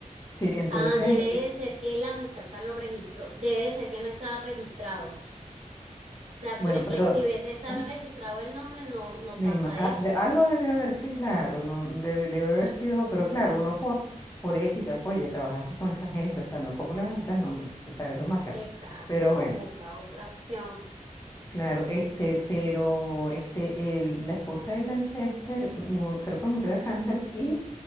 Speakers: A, on the left (about 25°); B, on the right (about 55°).
A: Sí, entonces,
B: Ah, debe
A: eh,
B: de ser que la muchacha lo registró, debe de ser que no estaba registrado. O sea,
A: bueno,
B: porque
A: pero
B: si hubiese estado
A: ah,
B: registrado el nombre, no, no
A: me
B: pasa
A: ima- ah,
B: eso.
A: de- algo debe haber, sí, claro, no debe, debe haber sido, pero claro, uno por, por ética, oye, trabajaste con esa gente, o sea, no, ¿cómo le vas a quitar el nombre? O sea, es demasiado.
B: Exacto,
A: Pero bueno,
B: busca otra opción.
A: Claro, este, pero este, el- la esposa de Lanchester mu- creo que murió de cáncer y